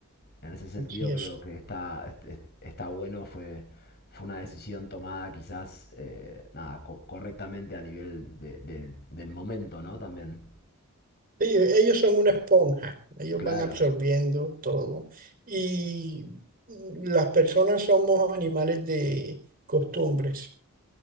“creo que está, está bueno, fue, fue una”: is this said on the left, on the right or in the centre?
Left